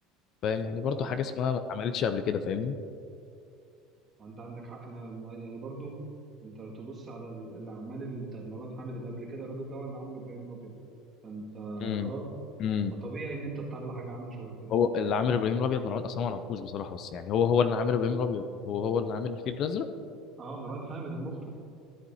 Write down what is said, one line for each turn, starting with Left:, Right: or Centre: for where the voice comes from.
Left: فاهم يعني برضه
Right: حصل والله
Left: حاجه اسمها ما اتعملتش قبل كده فاهمني
Right: وانت عندك حق انا م- يعني برضو انت لو تبص على ال- الاعمال ال- بتاعت مروان محمد اللي قبل كده الراجل ده هو اللي عمل ابراهيم الابيض فانت اه
Left: امم امم
Right: فطبيعي ان انت تطلع حاجه عامله شبه كده
Left: هو اللي عامل ابراهيم الابيض مروان اصلا ما اعرفوش بصراحه بس يعني هو هو اللي عامل ابراهيم الابيض هو هو اللي عامل الفيل الازرق
Right: اه مروان حامد المخرج